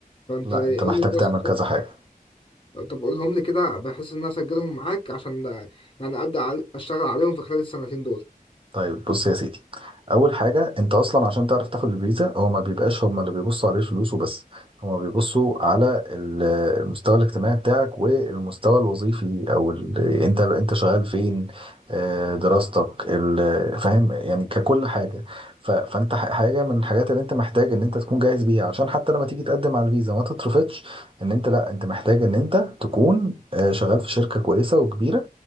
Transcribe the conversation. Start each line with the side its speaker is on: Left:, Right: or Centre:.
Left: فانت
Right: لا
Left: قول
Right: انت محتاج
Left: لي
Right: تعمل
Left: بس
Right: كذا حاجه
Left: طب قولهم لي كده بحيث ان انا اسجلهم معاك عشان يعني ابدا ع- اشتغل عليهم في خلال السنتين
Right: طيب بص يا سيدي اول حاجه انت اصلا عشان تعرف تاخد الفيزا هو ما بيبقاش هم اللي بيبصوا عليه فلوس وبس هم بيبصوا على ال- المستوى الاجتماعي بتاعك والمستوى الوظيفي او ال... انت انت شغال فين آه، دراستك ال... فاهم يعني ككل حاجه ف... فانت ح- حاجه من الحاجات اللي انت محتاج ان انت تكون جاهز بيها عشان حتى لما تيجي تقدم على الفيزا ما تترفضش ان انت لا انت محتاج ان انت تكون آه، شغال في شركه كويسه وكبيره